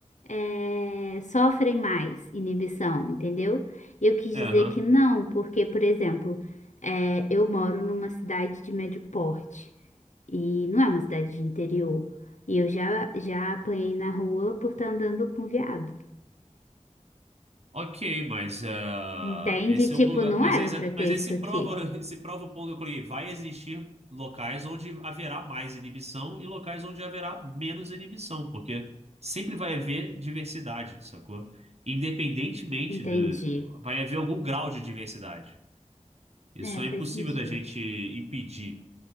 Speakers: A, on the left; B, on the right.
A: eh, sofrem mais inibição, entendeu? E eu quis
B: É,
A: dizer
B: aham.
A: que não, porque, por exemplo, eh, eu moro numa cidade de médio porte. E não é uma cidade de interior. E eu já, já apanhei na rua por estar andando com viado.
B: Ok, mas ah,
A: Entende?
B: esse
A: Tipo,
B: é um lugar.
A: não
B: Mas,
A: era
B: é exa-
A: pra ter
B: mas esse
A: isso aqui.
B: prova, <laughs> esse prova o ponto que eu coloquei. Vai existir locais onde haverá mais inibição e locais onde haverá menos inibição, porque sempre vai haver diversidade, sacou? Independentemente
A: Entendi.
B: do. Vai haver algum grau de diversidade. Isso
A: É,
B: é
A: faz
B: impossível
A: sentido.
B: da gente impedir.